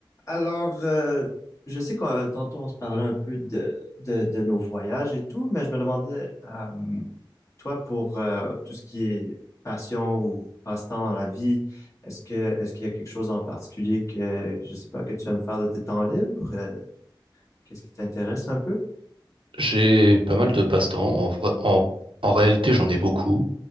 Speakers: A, on the left (about 40°); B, on the right (about 85°).
A: Alors, euh, je sais que tantôt on se parlait un peu de, de, de nos voyages et tout, mais je me demandais, euh, toi, pour euh, tout ce qui est passion ou passe-temps dans la vie, est-ce que est-ce qu'il y a quelque chose en particulier que, je sais pas, que tu aimes faire de tes temps libres? Euh, qu'est-ce qui t'intéresse un peu?
B: J'ai pas mal de passe-temps. En vrai- en, en réalité, j'en ai beaucoup.